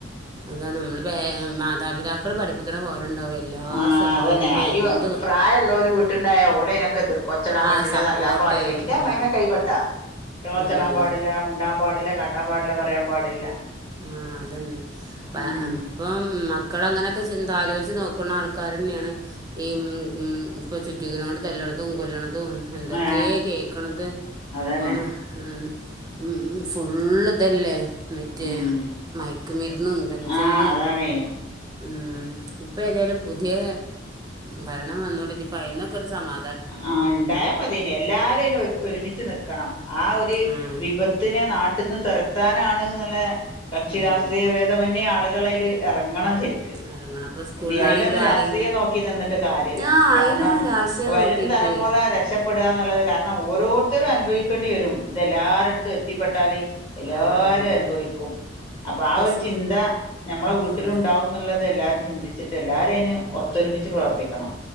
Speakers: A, on the right; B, on the left.
A: അതാണ് മ്മള് ബേ മാതാപിതാക്കൾ പഠിപ്പിക്കണ പോലെ.. ഉണ്ടാവും എല്ലാ
B: ആഹ്
A: സ്വഭാവം
B: അതന്നെ
A: ഇനിയിപ്പോൾ എന്ത്
B: ഈ പ്രായല്ലോര് വീട്ടുണ്ടായ ഓലെ യി നൊക്കെ എതിർ ക്കൊ ഒച്ചടാൻ
A: ആ
B: പറ്റൂല
A: സപ്പോർട്ട്
B: തല്ലാം പാടില്ല
A: ചെയ്യും
B: ഇന്റെ അമ്മായിമ്മക്കെ
A: ഉം,
B: കൈപെട്ടാ കുട്ടിളൊച്ചല്ലാൻ
A: ഉം.
B: പാടില്ല' മുണ്ടാൻ. പാടില്ല കാട്ടാൻ പാടില്ല പറയാൻ പാടില്ല.
A: ആ അതന്നെ. ഇപ്പ
B: ഉം
A: ഇപ്പം മക്കള് അങ്ങനൊക്കെ ചിന്താലോചിച്ച് നോക്കണ ആൾക്കാരെന്നെയാണ് ഈ മ് ഇപ്പോൾ ചുറ്റി ഗ്രൗണ്ട് തല്ലണതും കൊല്ലണതും അതും എന്തൊക്കെ
B: ആ
A: കേക്കണത്.
B: അതന്നെ
A: ഓമ ഉം ഉം ഫുള്ള് അതല്ലേ മറ്റേ
B: ഉം
A: മയക്ക്മരുന്നും കഞ്ചാവും..
B: ആ അതാണേ
A: മ് ഇപ്പ ഏതായാലും പുതിയ ഭരണം വന്നോടെ ഇനി ഇപ്പ അയിന്നൊക്കെ ഒരു സമാ
B: ആ ഉണ്ടായാ മതേനി എല്ലാരും അയിന് ഒര് ഒരുമിച്ച് നിക്കണം ആ ഒരു
A: ഉം
B: വിപത്തിനെ നാട്ട്ന്ന് തുരത്താനാണ് ന്ന്ള്ള കക്ഷി
A: ഉം
B: രാഷ്ട്രീയ ഭേദമന്യേ ആളുകളയില് എറങ്ങണം ശരി
A: ഇറങ്ങണം അപ്പൊ സ്കൂളിന്നാണെങ്കിലും
B: <inaudible> അയിലൊന്നും രാഷ്ട്രീയം
A: ആരെങ്കിലും
B: നോക്കി നിന്നിട്ട് കാര്യല്ല
A: ആഹ്
B: കാരണം
A: അയിലൊന്നും രാഷ്ട്രീയം
B: വരും
A: നോക്കരുത്
B: തലമുറ <inaudible> ഇടാന്നുള്ളത് കാരണം ഓരോരുത്തരും അനുഭവിക്കണ്ടി വരും ഇത് എല്ലരെട്ത്തും എത്തിപ്പെട്ടാൽ എല്ലാരു
A: ആഹ് അതന്നെ
B: അനുഭവിക്കും അപ്പൊ
A: ഇപ്പസ്
B: ആ ഒരു ചിന്ത നമ്മളെ വീട്ടിലുണ്ടാവുന്നുള്ളത്
A: ഉം
B: എല്ലാ ചിന്തിച്ചിട്ട് എല്ലാരുഅയിന് ഒത്തൊരുമിച്ച് പ്രവർത്തിക്കണം